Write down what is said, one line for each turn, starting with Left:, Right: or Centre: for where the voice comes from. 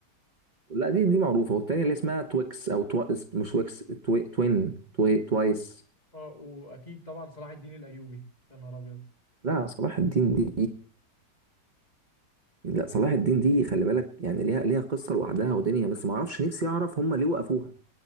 Right: لا دي دي معروفه والتانيه اللي اسمها تويكس او توا... مش تويكس توي... توين توي... توايس
Left: اه واكيد طبعا صلاح الدين الايوبي يا نهار ابيض
Right: لا صلاح الدين دي لا صلاح الدين دي خلي بالك يعني ليها ليها قصه لوحدها ودنيا بس ما اعرفش نفسي اعرف هم ليه وقفوها